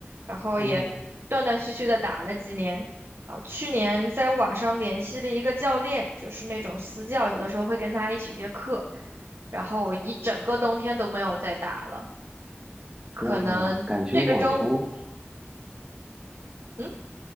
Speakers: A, on the right; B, on the right.
A: 然后也断断续续的打了几年。
B: 哦，
A: 然后去年在网上联系了一个教练，就是那种私教，有的时候会跟他一起约课。然后我一整个冬天都没有再打了，可能这个周五。
B: 哇，感觉网球。
A: 嗯。